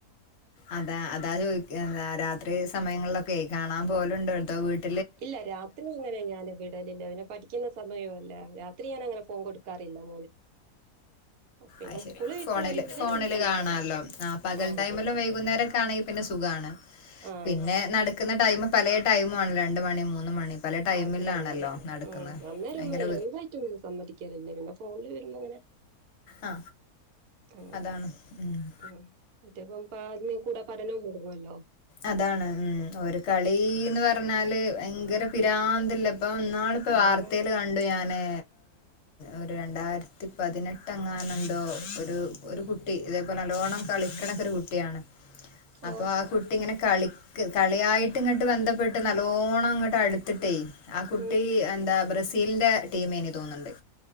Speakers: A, on the left; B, on the right.
A: അതാ അതാ ചോദിച്ചെ രാത്രി സമയങ്ങളിലൊക്കെയേ കാണാൻ പോകലുണ്ടോ അടുത്ത വീട്ട്
B: ഇല്ല രാത്രി അങ്ങനെ ഞാൻ വിടലില്ല പിന്നെ പഠിക്കുന്ന സമയവും അല്ലേ. രാത്രി ഞാൻ അങ്ങനെ ഫോൺ കൊടുക്കാറില്ല മോന്. പിന്നെ
A: അയ്ശരി
B: സ്കൂള് വിട്ട്
A: ഫോണില്
B: വന്നാല്
A: ഫോണില്
B: കളിക്കാൻ
A: കാണാല്ലോ
B: പോവും.
A: ആ പകൽ
B: ആഹ്
A: ടൈമില്
B: അതെ.
A: വൈകുന്നേരമൊക്കെയാണെങ്കിൽ പിന്നെ സ കാണാൻ
B: ആഹ്
A: പിന്നെ നടക്കുന്ന ടൈം പല ടൈമാണ് രണ്ട് മണി മൂന്ന് മണി. പല ടൈമിലാണല്ലോ
B: അത് തന്നെ
A: നടക്കുന്നത്
B: ഉം അന്നേരം
A: ഭയങ്കര
B: ഒന്നുമില്ല. <unintelligible> റ്റും സമ്മതിക്കാറില്ലേ പിന്നെ ഫോണില് വരുമ്പോയിങ്ങനെ.
A: ആ
B: ആ
A: അതാണ് ഉം
B: ആ മറ്റേപ്പം ബാഡ്മിൻ കൂടെ പഠനവും കൂടുമല്ലോ.
A: അതാണ് ഉം ഒരു കളീന്ന് പറഞ്ഞാല് ഭയങ്കര പിരാന്തല്ലെ. ഇപ്പം ഇന്നാളിപ്പം
B: ആഹ്.
A: വാർത്തേല് കണ്ടു ഞാന്. ഒരു രണ്ടായിരത്തി പതിനെട്ടെങ്ങാനെന്തോ ഒരു
B: ഉം.
A: ഒരു കുട്ടി ഇത് ഇപ്പം നല്ലോണം കളിക്കണ ഒക്കെ ഒരു കുട്ടിയാണ് അപ്പൊ
B: ആഹ്.
A: ആ കുട്ടി ഇങ്ങനെ കളി കളിയായിട്ട് ഇങ്ങോട്ട് ബന്ധപ്പെട്ട് നല്ലോണം ഇങ്ങട്ട് അടുത്തിട്ടേ ആ കുട്ടി
B: ഉം.
A: എന്താ ബ്രസീലിന്റെ ടീമേയ്ന് തോന്നുന്നുണ്ട്